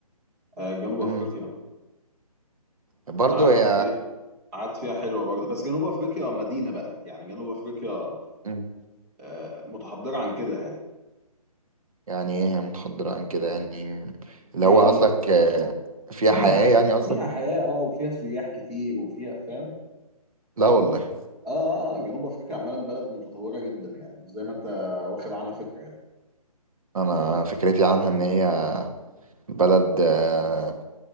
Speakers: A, in the centre; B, on the right (about 60°).
A: آه، جنوب
B: امم
A: افريقيا
B: برضو
A: قعدت
B: هي
A: فيها قعدت فيها حلوه برضه بس جنوب افريقيا مدينه بقى يعني جنوب افريقيا
B: مم.
A: آه، متحضره عن كده يعني
B: يعني ايه هي متحضرة عن كده يعني اللي
A: يعني
B: هو قصدك آه، فيها
A: فيها
B: حياة يعني قصدك
A: فيها حياه اه وفيها سياح كتير وفيها فاهم
B: لا والله
A: اه اه اه جنوب افريقيا عمالا بلد متطوره جدا يعني مش زي ما انت واخد عنها فكره يعني
B: انا فكرتي عنها ان هي بلد آه،